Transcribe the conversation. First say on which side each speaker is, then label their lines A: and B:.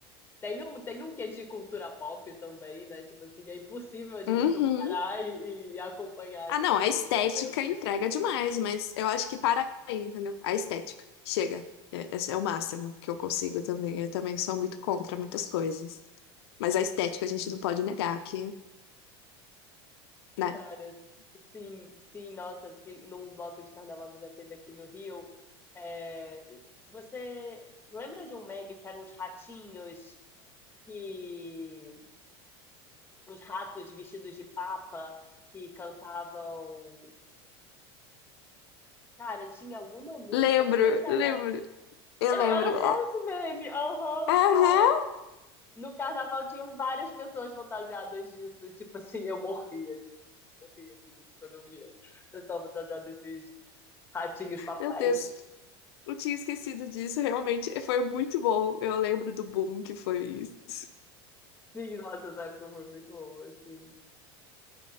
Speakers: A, on the left (about 15°); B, on the left (about 75°).
A: Tem um, tem um quê de cultura pop também, né? Tipo assim, é impossível a gente
B: Uhum.
A: não parar e, e acompanhar
B: Ah, não,
A: nesses
B: a estética
A: momentos
B: entrega demais, mas eu acho que para aí, entendeu? A estética. Chega. É- Esse é o máximo que eu consigo também. Eu também sou muito contra muitas coisas. Mas a estética a gente não pode negar que, né?
A: Cara, sim, sim, nossa, ti- num bloco de carnaval que já teve aqui no Rio, é, você lembra de um meme que eram uns ratinhos que, uns ratos vestidos de papa que cantavam, cara, tinha alguma música,
B: Lembro,
A: não sei se era,
B: lembro. Eu
A: Eu-
B: lembro.
A: era só
B: Ah,
A: esse meme, aham,
B: Aham.
A: cara, no carnaval tinham várias pessoas fantasiadas disso, tipo assim, eu morria de, morria de rir quando eu via pessoal fantasiado desses Ratinhos papais.
B: Meu Deus. Eu tinha esquecido disso, realmente foi muito bom. Eu lembro do boom que foi isso.
A: Sim, nossa, essa época foi muito boa, assim.